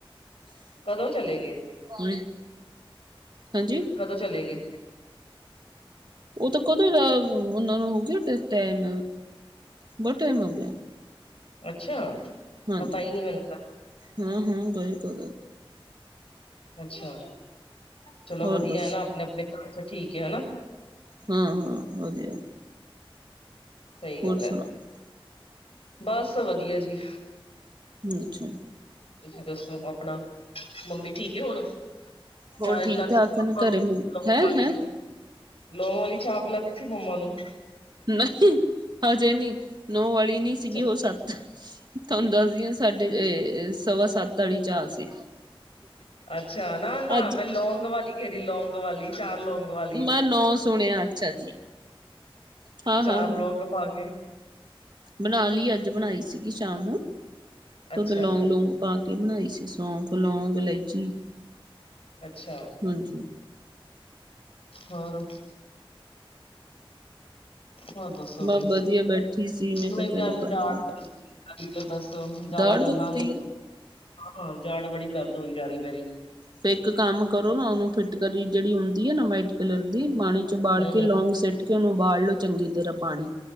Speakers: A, on the left; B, on the right.
A: ਕਦੋਂ ਚਲੇ ਗਏ
B: ਹ, ਹਾਂਜੀ
A: ਕਦੋਂ ਚਲੇ ਗਏ
B: ਉ ਤਾਂ ਕਦੋਂ, ਉਨਾਂ ਨੂੰ ਹੋ ਗਿਆ ਤੇ ਟਾਈਮ ਬਹੁਤ ਟਾਈਮ ਹੋ ਗਿਆ
A: ਅੱਛਾ,
B: ਹਾਂਜੀ
A: ਪਤਾ ਈ ਨੀ ਲਗਦਾ
B: ਹਾਂ, ਹਾਂ ਗਲੀ ਕਰ
A: ਅੱਛਾ, ਚਲੋ
B: ਹੋਰ
A: ਵਧੀਆ
B: ਦੱਸੋ
A: ਏ ਨਾ ਆਪਣੇ- ਆਪਣੇ ਘਰ ਚ ਠੀਕ ਆ ਨਾ
B: ਹਾਂ, ਹਾਂ ਵਧੀਆ
A: ਸਈ ਗੱਲ
B: ਹੋਰ
A: ਏ,
B: ਸੁਣਾਓ
A: ਬਸ ਵਧੀਆ ਜੀ
B: ਅੱਛਾ
A: ਤੁਸੀਂ ਦੱਸੋ ਆਪਣਾ, ਮੰਮੀ ਠੀਕ ਏ ਹੁਣ
B: ਹੋਰ
A: ਚਾਹ
B: ਠੀਕ
A: ਪਿਲਾਤੀ
B: ਠਾਕ
A: ਮੰਮਾ
B: ਹੈ ਨਾ ਘਰੇ
A: ਨੂੰ
B: ਮ
A: ਲੋਗ
B: ਹੈ
A: ਵਾਲੀ
B: ਹੈ
A: ਲੋਗ ਵਾਲੀ ਚਾਹ ਪਿਲਾਤੀ ਸੀ ਮੰਮਾ ਨੂੰ
B: ਨਈ ਹਜੇ ਨੀ, ਨੌ ਅਲੀ ਨੀ
A: ਅੱਛਾ
B: ਸੀਗੀ ਉ ਸੱਤ ਤੁਹਾਨੂੰ ਦੱਸਦੀ ਆ ਸਾਡੇ ਸਵਾ ਸੱਤ ਵਾਲੀ ਚਾਹ ਸੀ
A: ਅੱਛਾ, ਨਾ -ਨਾ
B: ਅੱਜ
A: ਮੈਂ ਲੌਂਗ ਵਾਲੀ ਕਹਿ ਰਹੀ ਲੌਂਗ ਵਾਲੀ ਚਾਹ ਲੌਂਗ ਵਾਲੀ
B: ਮੈਂ ਨੌ ਸੁਣਿਆ ਅੱਛਾ ਜੀ ਹਾਂ
A: ਚਾਰ
B: ਹਾਂ ਹਾਂ
A: ਲੌਗ ਪਾ ਕੇ
B: ਬਣਾ ਲਈ ਅੱਜ ਬਣਾਈ ਸੀਗੀ ਸ਼ਾਮ ਨੂੰ
A: ਅੱਛਾ
B: ਤੋ ਉਦੋਂ ਲੋਂਂਗ
A: ਜੀ
B: ਲੁੰਗ ਪਾ ਕੇ ਬਣਾਈ ਸੀ ਸੌਂਫ, ਲੋਂਗ, ਇਲਾਇਚੀ
A: ਅੱਛਾ
B: ਹਾਂਜੀ
A: ਹੋਰ ਹੋਰ ਦੱਸੋ ਬਈ,
B: ਬਸ ਵਧੀਆ ਬੈਠੀ ਸੀ ਕਿਹਾ
A: ਮੈਂ
B: ਚਲੋ
A: ਤੇ ਅੱਜ
B: ਗੱਲ
A: ਜਾ
B: ਕਰ
A: ਅਸੀ ਤਾਂ ਬਸ ਜ਼ਿਆਦਾ
B: ਦਾੜ
A: ਗੱਲਾਂ
B: ਦੁਖਦੀ
A: ਨੀ
B: ਆ
A: ਹਾਂ ਹਾਜਾੜ ਬੜੀ ਦਰਦ ਹੋਈ ਜਾ ਰੀ ਮੇਰੀ
B: ਫਿਰ ਇਕ ਕੰਮ ਕਰੋ ਨਾ ਉਹਨੂੰ ਫਿਟਕੜੀ ਜਿਹੜੀ ਹੁੰਦੀ ਹੈ ਨਾ ਵਾਈਟ ਕਲਰ ਦੀ ਪਾਣੀ 'ਚ ਉਬਾਲ
A: ਹੂੰ
B: ਕੇ
A: ਹੂੰ
B: ਲੌਂਗ ਸੁਟ ਕੇ ਉਹਨੂੰ ਉਬਾਲ ਲਓ ਚੰਗੀ ਤਰਾ ਪਾਣੀ